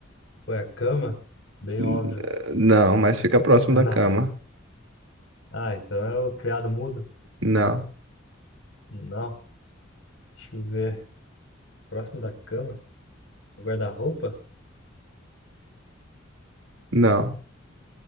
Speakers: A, on the left; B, on the right.
A: Foi a cama? Bem
B: N-
A: óbvio.
B: Não, mas fica próximo da
A: É
B: cama.
A: na... <laughs> Ah, então é o criado mudo?
B: Não.
A: Não. Deixa eu ver. Próximo da cama? O Guarda-roupa?
B: Não,